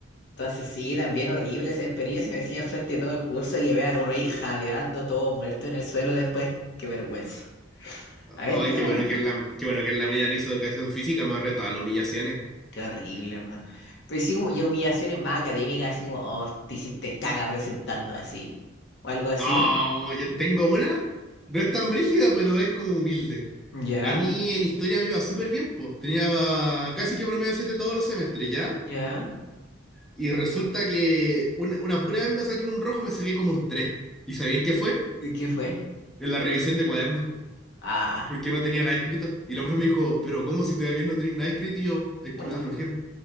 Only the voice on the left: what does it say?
Entonces sí, también horrible esa experiencia, me decían al frente de todo el curso y vean uno ahí jadeando, todo muerto en el suelo después, qué vergüenza. A ver,
¿qué
otra?
Qué horrible, hermano. Pero sí, como ya humillaciones más académicas, así como, oh, te hiciste caga presentando así. O algo así.
Ya,
ya.
¿Y qué fue?
Ah,
bueno,